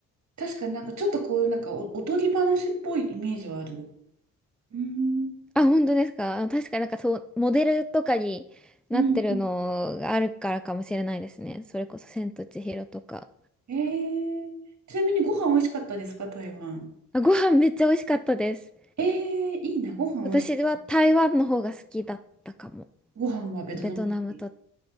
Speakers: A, on the right; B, in the centre.
A: 確かになんかちょっとこういうなんかお、おとぎ話っぽいイメージはある。うん。
B: あ、本当ですか。あ確かになんかそう、モデルとかになってるのがあるからかもしれないですね。
A: うん。
B: それこそ千と千尋とか。
A: ええちなみにご飯美味しかったですか、台湾。
B: あ、ご飯めっちゃ美味しかったです。
A: ええいいな、ご飯美味しい。
B: 私は台湾の方が好きだったかも。
A: ご飯はベトナム料理。
B: ベトナムと